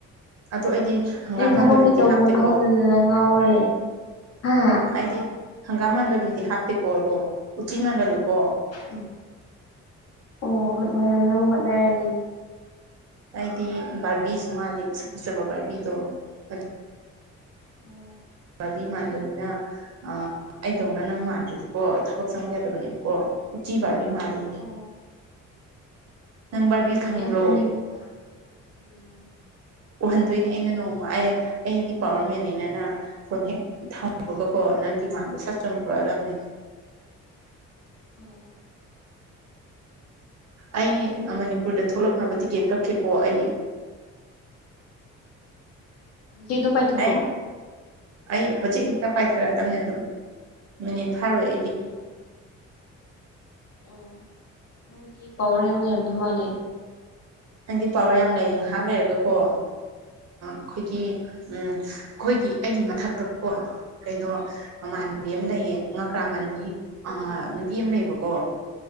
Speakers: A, on the right; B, on the left.
A: ꯑꯗꯣ ꯑꯩꯗꯤ ꯍꯪꯒꯥꯝ
B: ꯑꯩ ꯊꯕꯛꯀꯤ
A: ꯃꯥꯟꯕ ꯃꯤꯗꯤ
B: ꯇꯧꯐꯝ
A: ꯍꯥꯞꯇꯦꯀꯣ
B: ꯈꯪꯗꯗꯅ ꯉꯥꯎꯔ ꯂꯩ ꯍꯥ
A: ꯑꯩꯗꯤ ꯍꯪꯒꯥꯝ ꯃꯥꯟꯕ ꯃꯤꯗꯤ ꯍꯥꯞꯇꯦꯀꯣ ꯑꯗꯣ ꯎꯆꯤ ꯃꯥꯟꯍꯜꯂꯨꯀꯣ
B: ꯎ ꯑꯣ ꯑꯃꯥꯢꯅꯕꯨ ꯍꯣꯠꯅꯔꯗꯤ
A: ꯑꯩꯗꯤ ꯕꯥꯔꯕꯤꯁꯨ ꯃꯥꯜꯂꯤ ꯃꯁꯛ ꯐꯖꯕ ꯕꯥꯔꯕꯤꯗꯣ ꯑꯗꯨ
B: ꯑꯣ
A: ꯕꯤ ꯃꯥꯟꯕꯅꯤꯅ ꯑ ꯑꯩꯗꯧꯅ ꯅꯪ ꯃꯥꯟꯗ꯭ꯔꯗꯤꯀꯣ ꯊꯕꯛ ꯆꯪꯕ ꯌꯥꯗꯕꯅꯦꯕꯀꯣ ꯔꯆꯤꯕ ꯃꯥꯦ
B: ꯑꯣ ꯑꯣ
A: ꯕꯥꯔꯕꯤ ꯈꯪꯕ꯭ꯔꯣ
B: ꯌꯥꯝ ꯎꯅꯤꯡꯗꯦꯗ ꯌꯥꯝ
A: ꯎꯍꯟꯗꯣꯏꯅꯦ ꯑꯩꯅ ꯅꯣꯡꯃ ꯑꯩ ꯑꯩꯗꯤ ꯄꯋꯥꯔ ꯃꯦꯟꯅꯤꯅꯅ ꯐꯣꯟ ꯍꯦꯛ ꯀꯕꯒꯀꯣ ꯅꯪꯒꯤ ꯃꯥꯡꯗ
B: ꯎꯝ
A: ꯁꯛ ꯆꯣꯡꯈꯥꯊꯣꯔꯛꯑꯗꯕꯅꯦ
B: ꯎꯝ
A: ꯑꯩ ꯃꯅꯤꯄꯨꯔꯗ ꯊꯣꯛꯂꯛꯅꯕ ꯇꯤꯀꯦꯠ ꯀꯛꯈꯤꯦꯀꯣ ꯑꯩ
B: ꯎꯝ ꯍꯧꯖꯤꯛ ꯑꯗꯨꯝ ꯄꯥꯏꯊꯣꯔꯛꯑꯣ
A: ꯑꯩ ꯑꯩ ꯍꯧꯖꯤꯛ ꯍꯦꯛꯇ ꯄꯥꯏꯊꯔꯛꯑꯗꯕꯅꯦ ꯑꯗꯨꯝ ꯃꯤꯅꯤꯠ ꯊꯥꯔꯣꯏ
B: ꯎꯝ ꯑꯣ ꯅꯪꯒꯤ ꯄꯋꯥꯔ ꯌꯥꯝ ꯂꯩꯔꯝꯗꯣꯏ ꯃꯥꯜꯂꯦ
A: ꯅꯪꯗꯤ ꯄꯋꯥꯔ ꯌꯥꯝ ꯂꯩꯌꯦ ꯉꯥꯏꯍꯥꯛ ꯂꯩꯔꯒꯀꯣ ꯑ ꯑꯈꯣꯏꯒꯤ
B: ꯎꯝ
A: ꯎꯝ ꯑꯈꯣꯏꯒꯤ ꯑꯩꯒꯤ ꯃꯊꯛꯇꯀꯣ ꯀꯩꯅꯣ ꯃꯃꯥꯟꯅꯕꯤ
B: ꯎꯝ
A: ꯑꯃ ꯂꯩꯌꯦ ꯉꯀ꯭ꯔꯥ ꯃꯟꯕꯤ ꯑ
B: ꯎꯝ
A: ꯅꯨꯄꯤ ꯑꯃ ꯂꯩꯕꯀꯣ